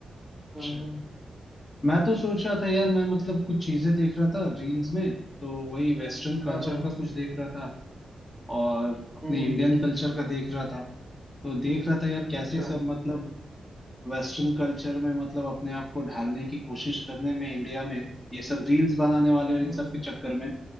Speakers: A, on the left; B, in the centre.
A: अच्छा
B: हाँ
A: मैं तो सोच रहा था यार मैं मतलब कुछ चीजें देख रहा था रील्स में तो वही वेस्टर्न कल्चर
B: हाँ हाँ
A: का कुछ देख रहा था और अपने
B: हम्म हम्म,
A: इंडियन कल्चर का देख रहा था तो देख रहा था यार कैसे
B: अच्छा
A: सब मतलब वेस्टर्न कल्चर में मतलब अपने आप को ढालने की कोशिश करने में इंडिया में ये सब रील्स बनाने वाले और इन
B: हम्म हम्म।
A: सब के चक्कर में